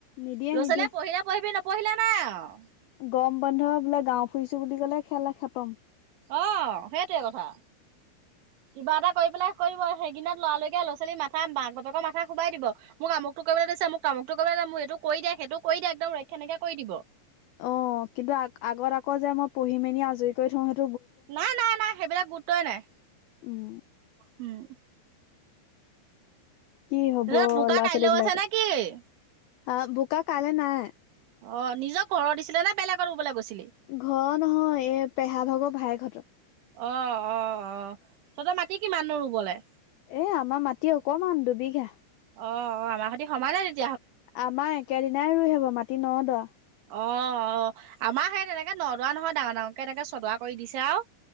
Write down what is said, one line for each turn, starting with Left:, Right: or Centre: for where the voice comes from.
Left: নিদিয়ে
Right: ল
Left: নিদিয়ে।
Right: ছালীয়ে পঢ়িলে পঢ়িবি নপঢ়িলে নাই আৰু
Left: গৰম বান্ধ বোলে গাঁও ফুৰিছো বুলি ক'লে খেল খতম।
Right: অ' সেটোৱে কথা।
Left: <inaudible>
Right: কিবা এটা কই পেলাই কইব। হেগিনত লৱা-লইকে ল ছালী মাথা, মাক বাপেকৰ মথা খোবাই দিব। মোক আমুকটো কৰিবলে দে তাপি মোক তামকতো কইবলে‌ দে, মোক এটো কৰি দে, সেটো কৰি দে এক‌দম ৰক্ষা নাইকিয়া‌ কই দিব।
Left: অ', কিন্তু আ-আগত আকৌ যে মই পঢ়ি মেলি আজই কই থওঁ হেত
Right: নাই, নাই, নাই সেবিলাক গুৰুত্বই নাই।
Left: উম।
Right: উম।
Left: কি হ'ব
Right: তেনে
Left: ল'ৰা-ছোৱালী
Right: বোকা কাইলৈও
Left: বিলাকৰ,
Right: আছে নে কি অ
Left: অ বোকা কাইলৈ নাই।
Right: অ' নিজৰ ঘৰৰ দিছিলে নে, বেলেগত ৰুবলৈ গৈছিলি।
Left: ঘৰ নহয় এই পেহা ভাগৰ ভায়েকহঁতৰ।
Right: অ, '-অ', -অ', তহঁতৰ মাটি কিমাননো ৰুবলে।
Left: এ আমাৰ মাটি অকমান দুবিঘা।
Right: অ', -অ' আমাৰ সতি সমান নে তেতিয়া
Left: আমাৰ একেদিনাই ৰুই হ'ব মাটি ন' দ
Right: অ', -অ আমাৰ সেই তেনেকে নদোৱা নহয়, ডাঙৰ ডাঙৰকে এনেকে চদোৱা কৰি দিছে আৰু।